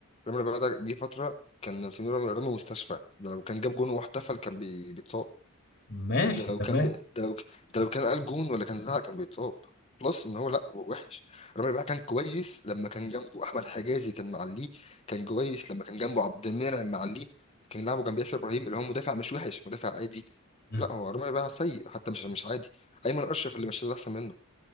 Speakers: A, on the left; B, on the left.
A: رامي ربيعة ده جه فترة كان مسمينه رامي رامي مستشفى ده لو كان جاب جون واحتفل كان بي- بيتصاب
B: ماشي
A: ده, ده لو
B: تمام
A: كان بي... ده لو ك- ده لو كان قال جون ولا كان زعق كان بيتصاب بلس ان هو لا هو وحش رامي ربيعة كان كويس لما كان جنبه احمد حجازي كان معليه كان كويس لما كان جنبه عبد المنعم معليه كان لعبه جنب ياسر ابراهيم اللي هو مدافع مش وحش مدافع عادي
B: مم.
A: لا هو رامي ربيعة سيء حتى مش مش عادي ايمن اشرف اللي مش ده احسن منه